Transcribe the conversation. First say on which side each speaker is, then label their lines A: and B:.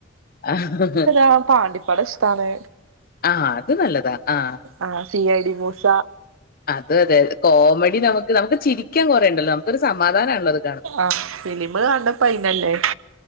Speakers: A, on the left; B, on the right.
A: ആഹ
B: ആ പാണ്ടിപ്പട ഇഷ്ടാണ്
A: ആഹ് അത് നല്ലതാ ആഹ്
B: ആഹ് സീ ഐ ടി മൂസ
A: അത അതെതെ കോമഡി നമുക്ക് നമുക്ക് ചിരിക്കൻ കുറേണ്ടല്ലോ നമുക്കൊരു സമാധാനമാള്ളത്
B: ആഹ ഫിലിമ് കണ്ട പൈനല്ലേ